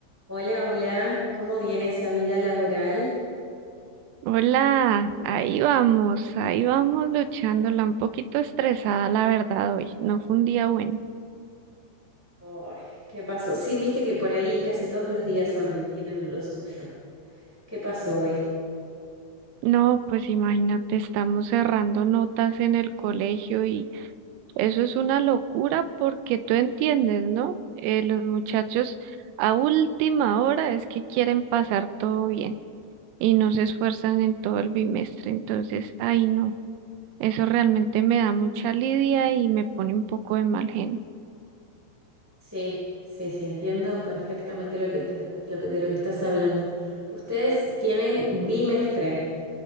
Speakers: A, in the centre; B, on the right (about 85°).
A: Hola, hola, ¿cómo viene esa vida laboral?
B: Hola, ahí vamos, ahí vamos luchándola, un poquito estresada la verdad hoy, no fue un día bueno.
A: Ay, ¿qué pasó? Sí, viste que por ahí casi todos los días son, tienen lo suyo. ¿Qué pasó hoy?
B: No, pues imagínate, estamos cerrando notas en el colegio y eso es una locura porque tú entiendes, ¿no? Eh, los muchachos a última hora es que quieren pasar todo bien y no se esfuerzan en todo el bimestre, entonces, ay no, eso realmente me da mucha lidia y me pone un poco de mal genio.
A: Sí, sí, sí, entiendo perfectamente lo que estás, lo que, de lo que estás hablando. Ustedes tienen bimestre,